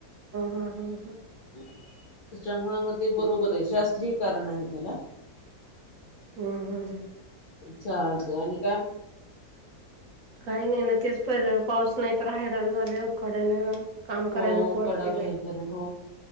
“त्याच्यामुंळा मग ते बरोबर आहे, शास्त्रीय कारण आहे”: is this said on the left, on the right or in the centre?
Left